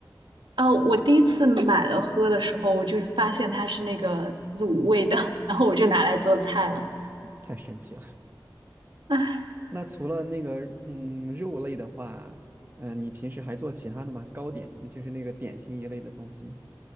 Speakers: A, on the right; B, on the right.
A: 啊，我第一次买了喝的时候，我就是发现它是那个卤味的，<laughs> 然后我就拿来做菜了。
B: 太神奇了。
A: 唉，
B: 那除了那个嗯肉类的话，嗯、你平时还做其他的吗？糕点，就是那个点心一类的东西吗？